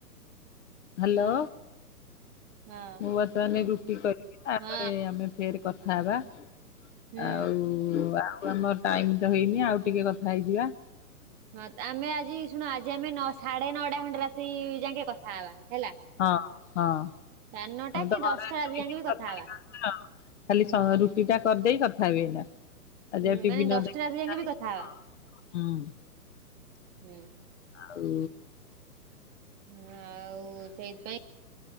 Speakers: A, on the left (about 50°); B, on the right (about 20°).
A: ହାଲୋ।
B: ହଁ ହଁ
A: ମୁଁ ବର୍ତ୍ତମାନ ରୁଟି କରିବି, ତାପରେ
B: ହଁ
A: ଆମେ ଫେର କଥା ହେବା।
B: ହୁଁ
A: ଆଉ, ଆଉ ଆମର ଟାଇମ୍ ତ ହେଇନି, ଆଉ ଟିକେ କଥା ହେଇଯିବା।
B: ହଁ, ଆମେ ଆଜି, ଶୁଣ, ଆଜି ଆମେ ନ ସାଢ଼େ ନଅଟା ଖଣ୍ଡେ ରାତି ଯାକେ କଥା ହେବା। ହେଲା,
A: ହଁ ହଁ
B: ସାଢ଼େ ନଅଟା
A: ଆମେ ତ
B: କି
A: ଘରେ
B: ଦଶଟା
A: ଶୋଇକିରି
B: ରାତି ଯାକେଁ ବି କଥା ହେବା।
A: ହେଇପାରୁଛୁ ଖାଲି ରୁଟି ଟା କରିଦେଇ, କଥା ହେବି ଏଇନା। ଆଜି
B: ହୁଁ,
A: ଆଉ ଟିଭି
B: ମାନେ
A: ନ
B: ଦଶଟା
A: ଦେଖିକି
B: ରାତି ଯାକେଁ
A: ନାହିଁ।
B: ବି କଥା ହବା।
A: ହୁଁ
B: ହୁଁ।
A: ଆଉ।
B: ହଁ, ଆଉ-ଉ-ଉ ସେଇଥିପାଇଁ